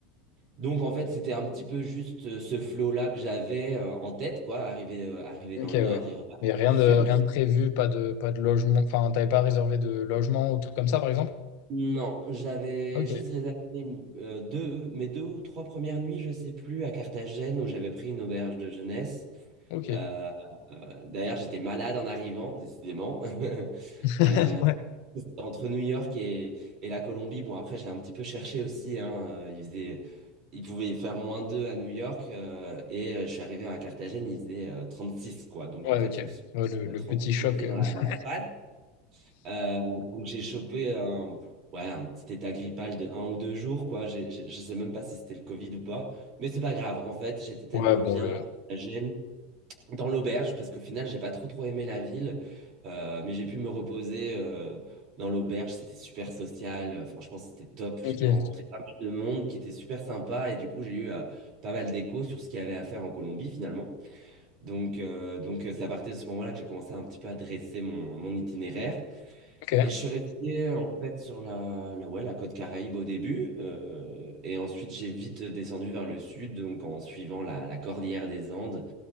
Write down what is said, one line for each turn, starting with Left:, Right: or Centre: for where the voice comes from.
Right: Donc en fait, c'était un petit peu juste euh, ce flow-là que j'avais euh, en tête, quoi, arriver, euh, arriver
Left: ok,
Right: dans le
Left: ouais.
Right: nord et repartir
Left: Mais rien
Right: du sud.
Left: de, rien de prévu, pas de, pas de logement. Enfin, t'avais pas réservé de logement ou truc comme ça, par exemple?
Right: Non, j'avais
Left: Ok,
Right: juste réservé une, euh, deux, mes deux ou trois premières nuits, je sais plus, à Carthagène où j'avais pris une auberge de jeunesse.
Left: ok.
Right: Euh, euh, d'ailleurs, j'étais malade en arrivant, décidément. <laughs>
Left: <laughs>
Right: Euh, C'était entre New York et, et la Colombie, bon après j'ai un petit peu cherché aussi, hein, euh, il faisait, Il pouvait y faire moins 2 à New York euh, et euh, je suis arrivé à Carthagène, il faisait euh, six quoi. Donc
Left: Ouais,
Right: en fait,
Left: ouais, ok.
Right: je me suis
Left: Ouais, le,
Right: euh,
Left: le
Right: 30
Left: petit
Right: degrés
Left: choc. euh.
Right: dans la, dans
Left: <laughs>
Right: la patte. Euh, donc j'ai chopé un, ouais, un petit état grippal de un ou deux jours quoi. J'ai- j'ai- je sais même pas si c'était le Covid ou pas, mais c'est pas grave. En fait, j'étais tellement
Left: Ouais, bon,
Right: bien
Left: le.
Right: à Carthagène dans l'auberge parce qu'au final j'ai pas trop trop aimé la ville euh, mais j'ai pu me reposer euh, dans l'auberge c'était super social euh, franchement c'était top
Left: Ok,
Right: j'ai pu rencontrer pas mal de monde qui était super sympa et du coup j'ai eu euh, pas mal d'échos sur ce qu'il y avait à faire en Colombie finalement donc euh, donc euh, c'est à partir de ce moment-là que j'ai commencé un petit peu à dresser mon, mon itinéraire
Left: ok,
Right: et je suis resté en fait sur la, la ouais la côte Caraïbe au début euh, et ensuite j'ai vite descendu vers le sud donc en suivant la la cordillère des Andes